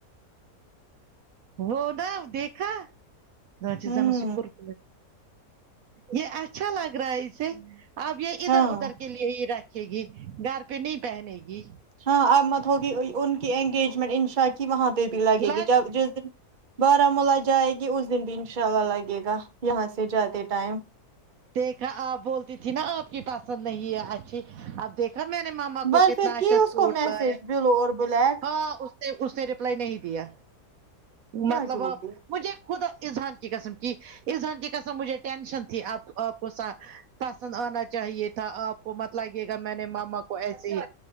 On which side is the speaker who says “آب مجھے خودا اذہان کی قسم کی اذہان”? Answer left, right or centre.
Right